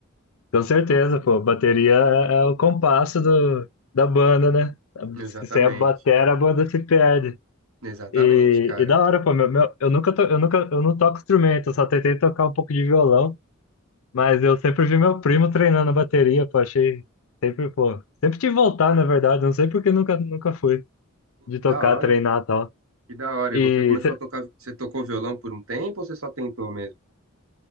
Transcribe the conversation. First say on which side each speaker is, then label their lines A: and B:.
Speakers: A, on the left; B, on the right.
A: Com certeza, pô. Bateria é, é o compasso do, da banda, né?
B: Exatamente.
A: Se você é batera, a banda se perde.
B: Exatamente,
A: E,
B: cara.
A: e da hora, pô. Meu, meu- eu nunca to, eu nunca, eu não toco instrumento, eu só tentei tocar um pouco de violão, mas eu sempre vi meu primo treinando a bateria, pô. Achei sempre, pô. Sempre te voltar, na verdade. Não sei porque nunca, nunca fui
B: Pô,
A: de
B: que
A: tocar,
B: da hora,
A: treinar e tal.
B: que da hora.
A: E
B: E você começou a tocar, você tocou violão por um tempo ou você só tentou mesmo?